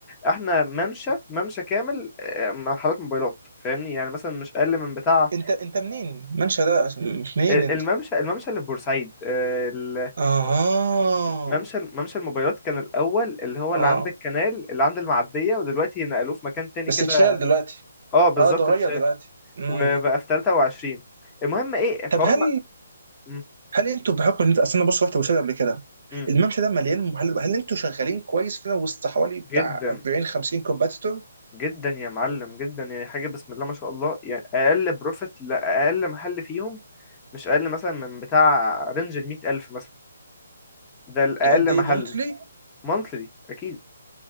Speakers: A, on the left (about 15°); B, on the right (about 60°).
A: احنا ممشى ممشى كامل آه، محلات موبايلات فاهمني يعني مثلا مش اقل من بتاع
B: انت انت منين منشأ ده منين
A: الممشى
B: انت
A: الممشى اللي في بورسعيد آه، ال- آه،
B: اها
A: ممشى ممشى الموبايلات كان الاول اللي هو
B: اه
A: اللي عند الكنال اللي عند المعديه ودلوقتي نقلوه في مكان تاني
B: بس
A: كده
B: اتشال دلوقتي
A: اه بالظبط
B: اه اتغير
A: اتشال
B: دلوقتي امم
A: وبقى في 23 المهم ايه فهو
B: طب هل
A: الم... م-
B: هل انتوا بحكم ان انت اصل انا بص رحت بوسادة قبل كده
A: م-
B: الممشى ده مليان محلات هل انتوا شغالين كويس فينا وسط حوالي بتاع
A: جدا
B: 40 50 كومباتيتور
A: جدا يا معلم جدا يعني حاجه بسم الله ما شاء الله يعني اقل بروفيت لاقل محل فيهم مش اقل مثلا من بتاع رينج ال 100000 مثلا ده الأقل
B: قد ايه
A: محل
B: مونثلي
A: monthly أكيد